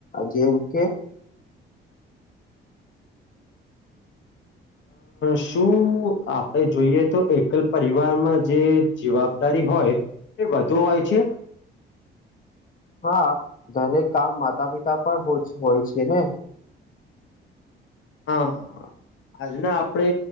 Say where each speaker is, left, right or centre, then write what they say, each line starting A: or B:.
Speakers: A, on the left; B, on the left.
A: જેમ કે
B: શું આપણે જોઈએ તો એકલ પરિવારમાં જે જવાબદારી હોય તે વધુ હોય છે
A: હા દરેક કામ માતા પિતા પર હોય છે ને
B: હા આજના આપડે